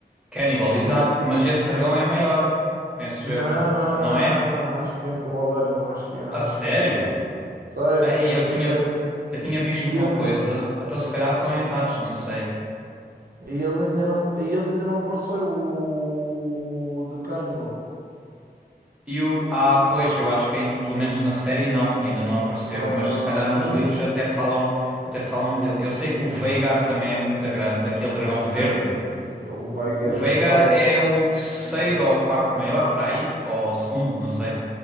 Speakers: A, in the centre; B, on the right (about 60°).
A: Cannibal, exato.
B: Ainda tipo.
A: Mas esse
B: yeah.
A: dragão é maior, penso
B: Não,
A: eu.
B: não,
A: Não
B: não,
A: é?
B: não, não. É mais pequeno que o baleirão, é mais pequeno,
A: A
B: é mais
A: sério?
B: pequeno. Sei,
A: Aí
B: tenho
A: eu
B: a certeza.
A: tinha, eu tinha visto
B: E
A: uma
B: ele,
A: coisa, até se calhar estão
B: Hum.
A: errados, não sei.
B: e ele ainda não, e ele ainda não apareceu o The Cannibal.
A: E o. Ah, pois, eu acho que ain- pelo menos na série não, ainda não apareceu.
B: Não,
A: Mas
B: não,
A: se
B: não.
A: calhar nos
B: Mas
A: livros até falam, até falam dele. Eu sei que o Veigar também é muito grande, aquele dragão verde.
B: ai, o
A: O,
B: Veigar
A: o Veigar
B: está ao...
A: é o terceiro
B: né.
A: ou quarto maior para aí? Ou o segundo, não sei.